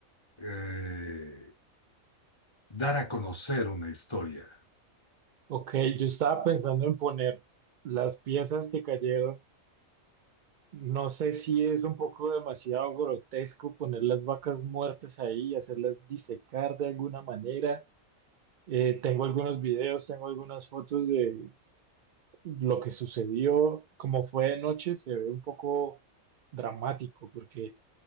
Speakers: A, on the left; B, on the right.
A: eh, dar a conocer una historia.
B: Ok, yo estaba pensando en poner las piezas que cayeron. No sé si es un poco demasiado grotesco poner las vacas muertas ahí y hacerlas disecar de alguna manera. Eh, tengo algunos videos, tengo algunas fotos de, lo que sucedió, como fue de noche, se ve un poco dramático, porque